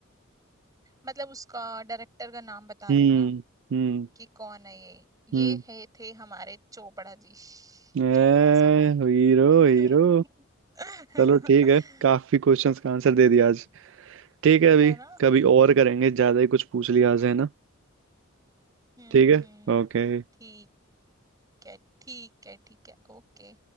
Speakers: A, on the right (about 20°); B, on the right (about 65°).
A: मतलब उसका डायरेक्टर का नाम बताना
B: Hmm
A: है ना
B: Hmm
A: कि कौन है ये ये
B: Hmm
A: है थे हमारे चोपड़ा जी श्श्श,
B: A
A: चोपड़ा साहब
B: hero
A: हम्म।
B: hero
A: <laughs>
B: चलो ठीक है काफी क्वेश्चंस का आंसर दे दिया आज ठीक है अभी
A: है ना
B: कभी और करेंगे ज्यादा ही कुछ पूछ लिया आज है ना
A: हम्म
B: ठीक
A: हम्म
B: है
A: हम्म,
B: ओके
A: ठीक है ठीक है ठीक है ओके